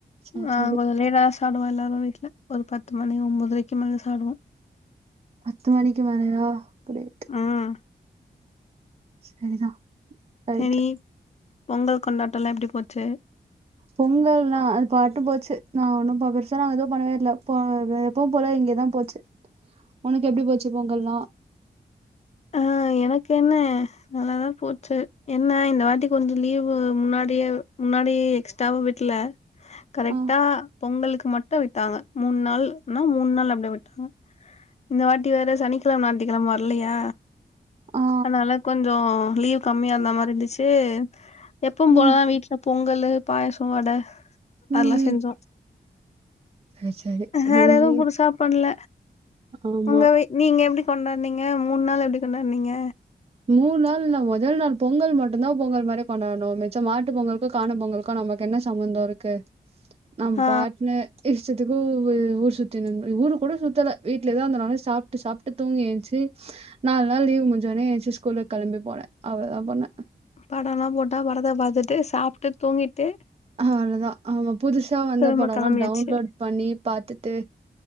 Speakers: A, on the right; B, on the left.
A: சரி
B: ஆ
A: சரி
B: முதலயே நாச் சாப்டுவோ எல்லாரு வீட்ல ஒரு பத்து மணி ஒன்போதுரைக்கு மேல சாப்டுவோ
A: பத்து மணிக்கு மேலயா கிரேட்
B: ம்
A: சரிதா ரைட்டு
B: சரி பொங்கல் கொண்டாட்டல்லா எப்டி போச்சு
A: பொங்கல்னா அது பாட்டு போச்சு நா ஒன்னு பெருசா நாங்க ஏதுவு பண்ணவே இல்ல எப்பவு ப எப்பவு போல இங்கதா போச்சு உனக்கு எப்டி போச்சு பொங்கல்லா
B: அ ஆ எனக்கு என்ன நல்லாதா போச்சு என்ன இந்த வாட்டி கொஞ்ச லீவ்வு முன்னாடியே முன்னாடி எக்ஸ்டாவ் விட்ல கரெக்டா
A: ஆ
B: பொங்கலுக்கு மட் டு விட்டாங்க மூணு நாள்னா மூணு நாள் அப்டி விட்டாங்க இந்த வாட்டி வேற சனிக்கிழம அதிகமா வர் ல்லயா
A: ஆ
B: அதுனால கொஞ்சோ லீவ் கம்மியா இருந்த மா இருந்துச்சு எப்பவு
A: ம்
B: போலதா
A: ம்
B: வீட்டுல பொங்கலு பாயசொ வட அதெல்லா
A: ம்
B: செஞ்சோ
A: சரி சரி
B: வேற
A: செஞ்சு
B: எதுவு புதுசா பண்ல
A: ஆமா
B: உங்க வீ நீங்க எப்டி கொண்டாட்னிங்க மூணு நாள் எப்டி கொண்டாட்னிங்க
A: மூண நாள் நாங்க முதல் நாள் பொங்கல் மட்டுதா பொங்கல் மாரி கொண்டாட்ணு மிச்ச மாட்டு பொங்கலுக்கு காண பொங்கலுக்கு நமக்கு என்ன சம்பந்தொ இருக்கு நம்ம
B: ஆ
A: பாட்டுனு இஷ் ஷ்டத்துக்கு ஊ ஊர் சுத்தினுந்தோ ஊரு கூட சுத்தல வீட்லயேதா இருந்தோ நல்லா சாப்ட்டு சாப் டு தூங்கி ஏன்ச்சு நாலு நாள் லீவு முடிஞ்சோனே ஏச்சு ஸ்கூல்லுக்கு கெளம்பி போனே அதுக்குதா போனே
B: படல்லா போட்டா படத்த பாத்துட்டு சாப்ட்டு தூங்கிட்டு
A: அவ்ளோதா ஆமா புதுசா வந்த
B: திரும்ப
A: படொல்லா
B: கெளம்பியாச்சு
A: டவுன்லோட் பண்ணி பாத்துட்டு